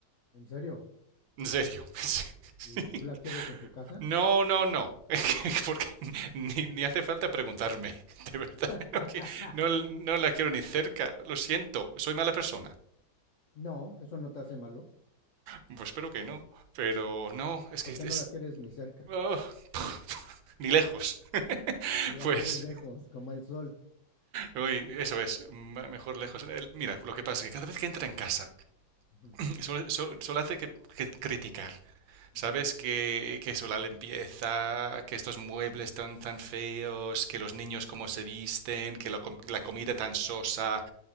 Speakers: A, on the left; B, on the right.
A: ¿En serio?
B: En serio. <laughs>
A: ¿Y tú la quieres en tu casa?
B: No, no, no. <laughs> Porque ni, ni hace falta preguntarme. <laughs> De verdad.
A: <laughs>
B: No, qui- no, no la quiero ni cerca. Lo siento. Soy mala persona.
A: No, eso no te hace malo.
B: Pues espero que no. Pero no, es
A: ¿Por
B: que es...
A: qué no la quieres ni cerca?
B: ah, <laughs> ni lejos. <laughs>
A: La
B: Pues,
A: quieres lejos, como el sol.
B: uy, eso es, m- mejor lejos. El- Mira, lo que pasa es que cada vez que entra en casa,
A: Ujú,
B: <clears throat> solo, solo- solo hace que, que criticar. ¿Sabes?
A: ujú.
B: Que, que eso, la limpieza, que estos muebles tan, tan feos, que los niños cómo se visten, que la, com- la comida tan sosa,